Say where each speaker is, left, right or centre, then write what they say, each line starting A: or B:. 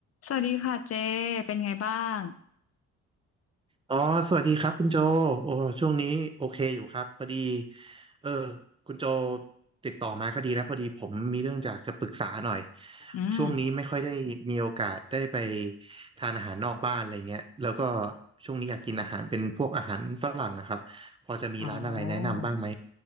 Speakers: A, on the left; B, on the right.
A: สวัสดีค่ะเจเป็นไงบ้าง
B: อ๋อสวัสดีครับคุณโจโอ้ช่วงนี้โอเคอยู่ครับพอดีเออคุณโจติดต่อมาก็ดีแล้วพอดีผมมีเรื่องจากจะปรึกษาหน่อย
A: อืม
B: ช่วงนี้ไม่ค่อยได้มีโอกาสได้ไปทานอาหารนอกบ้านอะไรเงี้ยแล้วก็ช่วงนี้อยากกินอาหารเป็นพวกอาหารฝรั่งอะครับ พอจะมีร้านอะไรแนะนำบ้างไหม
A: โอ้อ